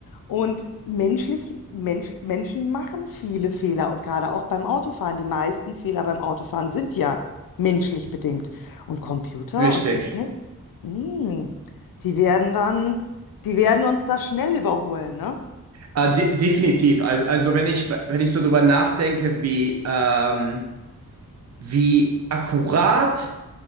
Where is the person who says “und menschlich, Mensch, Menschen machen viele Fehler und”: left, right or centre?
Left